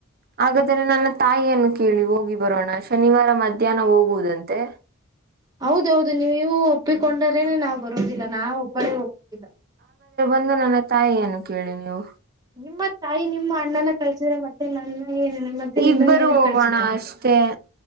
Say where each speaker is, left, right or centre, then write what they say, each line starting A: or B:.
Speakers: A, on the right; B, on the right.
A: ಹಾಗಾದ್ರೆ ನನ್ನ ತಾಯಿಯನ್ನು ಕೇಳಿ ಹೋಗಿ ಬರೋಣ ಶನಿವಾರ ಮಧ್ಯಾಹ್ನ ಹೋಗುವುದಂತೆ
B: ಹೌದೌದು ನೀವು ಒಪ್ಪಿಕೊಂಡರೇನೆ ನಾವ್ ಬರೋದಿಲ್ಲ ನಾ ಒಬ್ಬಳೇ ಹೋಗೋದಿಲ್ಲ
A: ಂದ್ರ ನನ್ನ ತಾಯಿ ಏನು ಕೇಳಿ ನೀವು
B: ನಿಮ್ಮ ತಾಯಿ ನಿಮ್ಮ ಅಣ್ಣನ ಕಲ್ಸಿದ್ರ ಮತ್ತೆ ನನ್ನ ನ ಮತ್ತೆ ನಿನ್ನ
A: ಇಬ್ಬರು
B: ಏನ
A: ಹೋಗೋಣ
B: ಕಳ್ಸಿದ್ದಾರೆ
A: ಅಷ್ಟೇ